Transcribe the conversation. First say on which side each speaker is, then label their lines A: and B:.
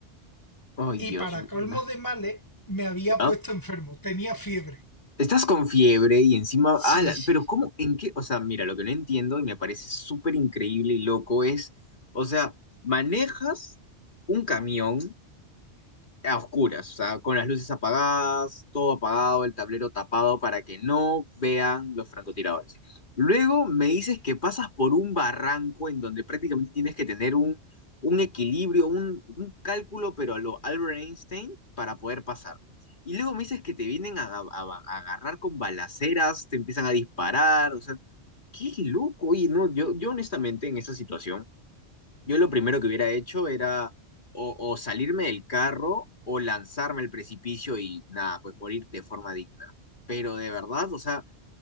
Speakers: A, on the left; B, on the left.
A: ¡Ay,
B: Y
A: Dios
B: para colmo
A: mío!
B: de males, me había
A: ¿Ya?
B: puesto enfermo. Tenía fiebre.
A: Estás con fiebre y encima,
B: Sí,
A: ala,
B: sí,
A: pero ¿cómo?
B: sí.
A: ¿En qué? O sea, mira, lo que no entiendo y me parece súper increíble y loco es, o sea, manejas un camión a oscuras, o sea, con las luces apagadas, todo apagado, el tablero tapado para que no vean los francotiradores. Luego me dices que pasas por un barranco en donde prácticamente tienes que tener un, un equilibrio, un, un cálculo, pero a lo Albert Einstein para poder pasar. Y luego me dices que te vienen a, a- a- a agarrar con balaceras, te empiezan a disparar, o sea, qué loco. Oye, no, yo, yo honestamente en esa situación yo lo primero que hubiera hecho era o, o salirme del carro o lanzarme al precipicio y nada, pues morir de forma digna. Pero de verdad, o sea,